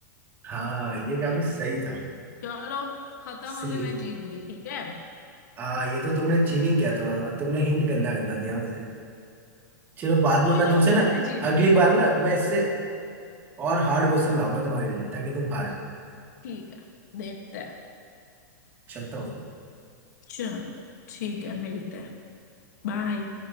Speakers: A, on the right; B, on the left.
A: हाँ ये काफी सही था
B: चलो खत्म
A: सिली
B: अभी मैं जीत गई ठीक है
A: हाँ ये तो तुमने चीटिंग किया थोड़ा सा तुमने हिंट गंदा गंदा दिया मुझे चलो बाद
B: वो
A: में मैं तुमसे
B: जो भी
A: ना
B: हो मैं जीत
A: अगली
B: गई
A: बार ना मैं इससे और हार्ड क्वेश्चन लाऊंगा तुम्हारे लिए ताकि तुम हार जाओ
B: ठीक है देखते हैं
A: चलता हूँ फिर
B: चलो ठीक है मिलते हैं बाय
A: Bye.